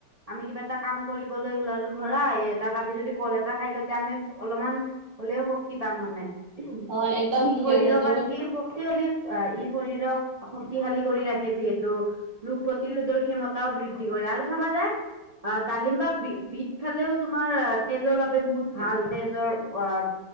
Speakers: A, on the right; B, on the right.
A: আমি কিবা এটা কাম কৰিবলৈ ওলালোঁ ধৰা তাত আমি যদি কল এটা খাই লওঁ তেতিয়া আমি অলপমান হ'লেও শক্তি পাম মানে। ই
B: হয় একদম ঠিকে
A: শৰীৰৰ
B: কৈছা তুমি
A: কাৰনে কি শক্তিশালী অ', ই শৰীৰক শক্তিশালী কৰি ৰাখে যিহে তু ৰোগ প্ৰতিৰোধৰ ক্ষমতাও বৃদ্ধি কৰে। আৰু চাবা যায় অ', ডালিম বা বি-বিট খালেও তোমাৰ তেজৰ বাবে বহুত ভাল। তেজৰ অ'